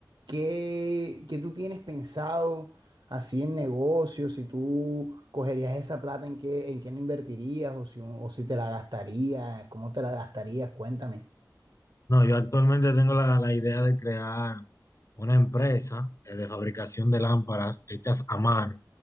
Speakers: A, on the right; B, on the left.
A: qué, qué tú tienes pensado así en negocios, si tú cogerías esa plata, en qué, en qué la invertirías o si, o si te la gastarías, cómo te la gastarías, cuéntame.
B: no, yo actualmente tengo la, la idea de crear una empresa eh, de fabricación de lámparas hechas a mano